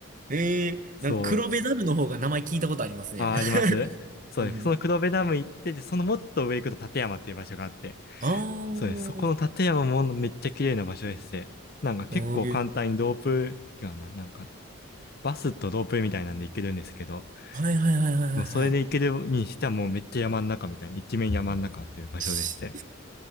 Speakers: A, on the right; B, on the left.
A: ええなんか黒部ダムの方が名前聞いたことありますね。
B: そうです。あ、
A: <laughs>
B: ありますそうです。
A: うん。
B: その黒部ダム行って、で、そのもっと上行くと立山っていう場所があって。
A: ああ、
B: そうです。そこの立山もめっちゃ綺麗な場所でして。なんか結構簡単にロープ、
A: おー
B: 違うな。なんか、バスとロープみたいなんで行けるんですけど、
A: はいはいはいはいはいはい。
B: もうそれで行けるにしてはもうめっちゃ山の中みたいに、一面山の中という場所でして。
A: <laughs> し